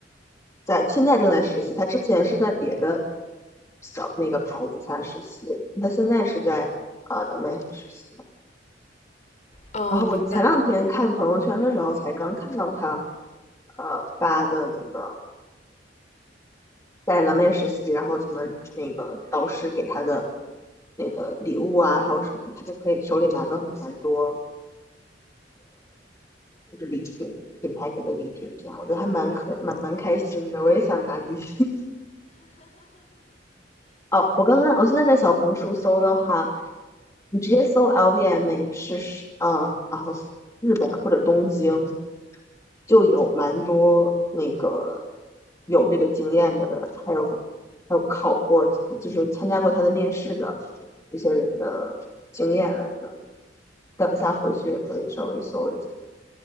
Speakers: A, on the left; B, on the left.
A: 在现在正在实习，他之前是在别的小那个牌子下实习，他现在是在呃辣妹实习。
B: 哦，
A: 然后我前两天看朋友圈的时候，
B: 明白。
A: 才刚看到他呃发的那个在蓝莓实习，然后什么那个导师给他的那个礼物啊，还有什么，他就可以手里拿到蛮多就是礼品，品牌给的礼品，这样我觉得还蛮可蛮蛮开心的。我也想拿礼品。<laughs> 哦，我刚刚我现在在小红书搜的话，你直接搜 LVMH 是呃，然后日本或者东京就有蛮多那个有这个经验的人，还有还有考过就是参加过他的面试的一些人的经验来的。等一下回去也可以稍微搜一下。